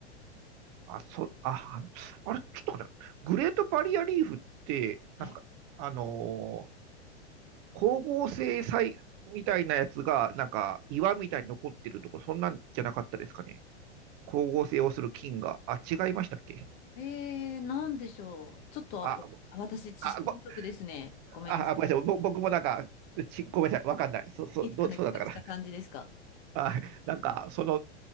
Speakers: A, on the right; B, on the left.
A: あ、そ、あ、あれ、ちょっと待って、グレートバリアリーフって、
B: はい。
A: なんか、あのー光合成細みたいなやつが、なんか、岩みたいに残ってるとこ、そんなんじゃなかったですかね。光合成をする菌が。あ、違いましたっけ
B: えー、なんでしょう。ちょっとあ私、
A: あ、あ、
B: 知識不足ですね。
A: ご、あ、
B: ごめんなさ
A: あごめんなさい。ぼ僕もなんか、ち、ごめんなさい。わかんない。そ、そ、
B: い。聞いたような気がした感じですか。
A: ど、そうだったかな。あ、なんか、その、